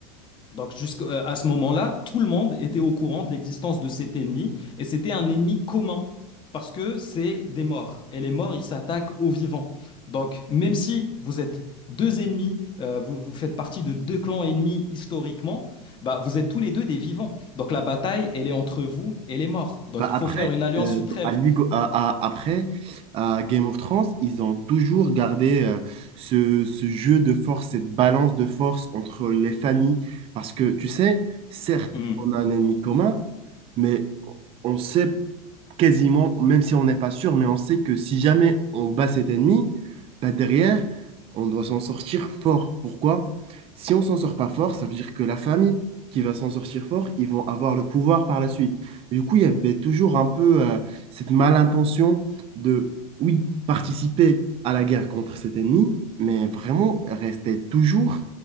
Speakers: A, on the left (about 25°); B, on the right (about 30°).
A: Donc jusqu'à ce moment-là, tout le monde était au courant de l'existence de cet ennemi et c'était un ennemi commun parce que c'est des morts et les morts, ils s'attaquent aux vivants. Donc même si vous êtes deux ennemis, euh, vous, vous faites partie de deux clans ennemis historiquement, bah, vous êtes tous les deux des vivants. Donc la bataille, elle est entre vous et les morts. Donc
B: Bah
A: il
B: après,
A: faut faire une alliance,
B: euh,
A: une trêve.
B: à Ligo- à- à- après, à Game of Thrones, ils ont toujours gardé euh, ce, ce jeu de force, cette balance de force entre les familles. Parce que, tu sais, certes,
A: Hmm.
B: on a un ennemi commun, mais on sait quasiment, même si on n'est pas sûr, mais on sait que si jamais on bat cet ennemi, bah derrière, on doit s'en sortir fort. Pourquoi? Si on s'en sort pas fort, ça veut dire que la famille qui va s'en sortir fort, ils vont avoir le pouvoir par la suite. Et du coup, il y avait toujours un peu euh, cette malintention de, oui, participer à la guerre contre cet ennemi, mais vraiment rester toujours